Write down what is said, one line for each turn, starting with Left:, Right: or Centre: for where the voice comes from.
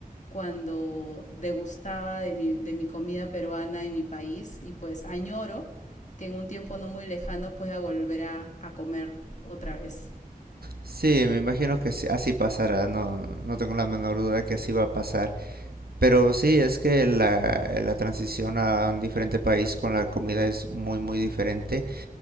Left: cuando degustaba de mi, de mi comida peruana en mi país y pues añoro que en un tiempo no muy lejano pueda volver a, a comer otra vez.
Right: Sí, me imagino que sí- así pasará, no, no tengo la menor duda que así va a pasar. Pero sí, es que la, eh, la transición a un diferente país con la comida es muy, muy diferente.